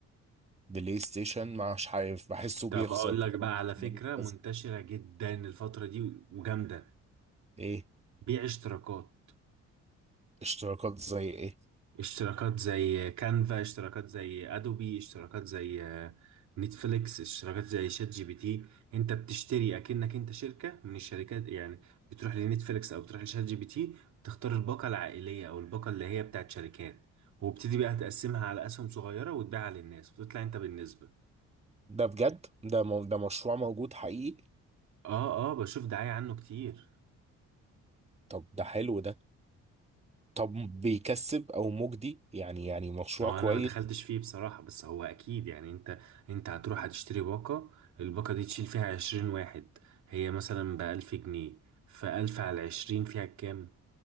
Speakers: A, on the right (about 20°); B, on the right (about 70°).
A: بلاي ستيشن مش عارف بحسه
B: طب
A: بيخسر
B: اقول
A: <laughs> كده
B: لك بقى
A: بحسه
B: على فكرة
A: ملوش
B: منتشرة
A: لازمة.
B: جدا الفترة دي وجامدة
A: ايه
B: بيع اشتراكات
A: اشتراكات زي ايه
B: اشتراكات زي كانفا اشتراكات زي ادوبي اشتراكات زي آه، نتفليكس اشتراكات زي شات جي بي تي انت بتشتري اكنك انت شركة من الشركات يعني بتروح لنتفليكس او بتروح لشات جي بي تي بتختار الباقة العائلية او الباقة اللي هي بتاعت شركات وبتدي بقى تقسمها على اسهم صغيرة وتبيعها للناس وتطلع انت بالنسبة
A: ده بجد ده م... ده مشروع موجود حقيقي
B: اه اه بشوف دعاية عنه كتير
A: طب ده حلو ده طب بيكسب او مجدي يعني يعني مشروع
B: ما هو
A: كويس
B: انا ما دخلتش فيه بصراحة بس هو اكيد يعني انت انت هتروح هتشتري باقة الباقة دي تشيل فيها عشرين واحد هي مثلا بألف جنيه فألف على العشرين فيها كام